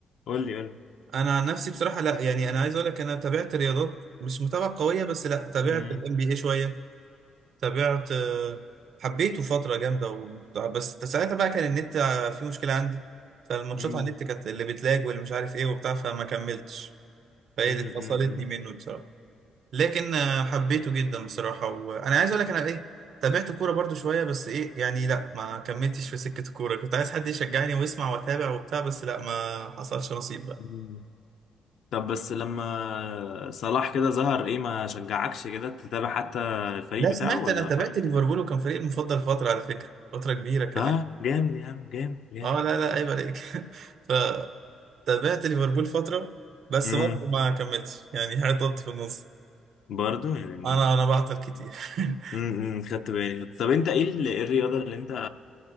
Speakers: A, on the left; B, on the right.
A: قول لي قول لي
B: انا عن نفسي بصراحة لا يعني انا عايز اقول لك انا تابعت رياضات مش متابعة قوية بس لا تابعت
A: مم،
B: الام بي اي شوية تابعت آه، حبيته فترة جامدة و... بس ساعتها بقى كان النت فيه مشكلة عندي فالماتشات
A: مم،
B: على النت كانت اللي بتلاج واللي مش عارف ايه وبتاع فما كملتش فهي
A: مم،
B: دي فصلتني
A: مم، مم،
B: منه بصراحة لكن آه، حبيته جدا بصراحة وانا عايز اقول لك انا ايه تابعت كورة برضو شوية بس ايه يعني لا ما كملتش في سكة الكورة كنت عايز حد يشجعني ويسمع واتابع وبتاع بس لا ما حصلش نصيب بقى
A: مم. طب بس لما صلاح كده ظهر ايه ما شجعكش كده تتابع حتى الفريق
B: لا
A: بتاعه
B: سمعت
A: ولا
B: انا تابعت
A: خ-
B: ليفربول وكان فريق المفضل فترة على فكرة فترة كبيرة كمان
A: اه جامد يا عم جامد جامد
B: اه لا لا عيب عليك <laughs> ف تابعت ليفربول فترة بس
A: امم
B: برضه ما كملتش يعني حطيت في النص
A: برضو يعني
B: انا انا بعطل كتير <laughs>
A: امم خدت بالي خدت- طب انت ايه ال- إيه الرياضة اللي انت